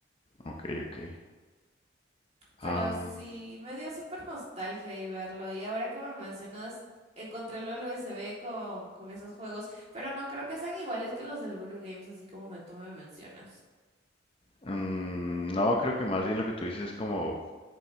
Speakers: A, on the left; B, on the right.
A: Ok, ok.
B: Pero
A: Am,
B: sí, me dio súper nostalgia y verlo. Y ahora que me mencionas, encontré el USB con, con esos juegos, pero no creo que sean iguales que los del Guru Games, así como me, tú me mencionas.
A: mm, no, creo que más bien lo que tú dices es como,